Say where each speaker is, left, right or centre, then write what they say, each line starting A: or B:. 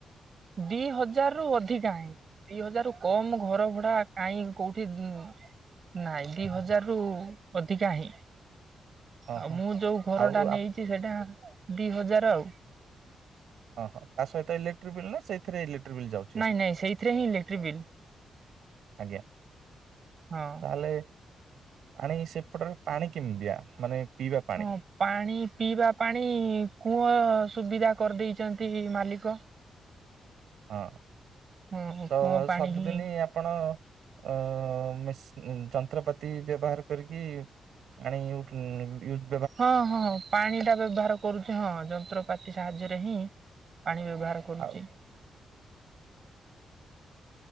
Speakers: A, on the right; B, on the right.
A: ଦି ହଜାର ରୁ ଅଧିକା ହିଁ। ଦି ହଜାର ରୁ କମ ଘର ଭଡା କାହିଁ କୋଉଠି ଉଁ। ନାଇଁ ଦି ହଜାର ରୁ ଅଧିକା ହିଁ।
B: ହଁ
A: ଆଉ
B: ହଁ
A: ମୁଁ ଯୋଉ ଘର
B: ଆଉ
A: ଟା ନେଇଛି ସେଇଟା ଦି ହଜାର ଆଉ।
B: ହଁ ହଁ ତା ସହିତ ଇଲେକ୍ଟ୍ରିକ ବିଲ୍ ନା ସେଇଥିରେ ଇଲେକ୍ଟ୍ରିକ ବିଲ୍ ଯାଉଛି ହାରି।
A: ନାଇଁ ନାଇଁ ସେଇଥିରେ ହିଁ ଇଲେକ୍ଟ୍ରି ବିଲ୍
B: ଆଜ୍ଞା
A: ହଁ।
B: ତାହେଲେ। ପାଣି ସେପଟରେ ପାଣି କେମିତି ଦିଆ ମାନେ। ପିଇବା ପାଣି
A: ହଁ। ପାଣି ପିଇବା ପାଣି କୁଅ ସୁବିଧା କରିଦେଇଛନ୍ତି ମାଲିକ।
B: ହଁ
A: ହଁ
B: ତ
A: କୂଅ ପାଣି
B: ସବୁଦିନି
A: ହିଁ
B: ଆ ଆପଣ ଅ ମିସ୍ ଯନ୍ତ୍ରପାତି ବ୍ୟବହାର କରିକି। ପାଣି ଉଠ ୟୂଜ
A: ହଁ ହଁ ପାଣି ଟା ବ୍ୟବହାର କରୁଛି ହଁ ଯନ୍ତ୍ରପାତି ସାହାଯ୍ୟରେ ହିଁ ପାଣି ବ୍ୟବହାର। କରୁଚି।
B: ଆଉ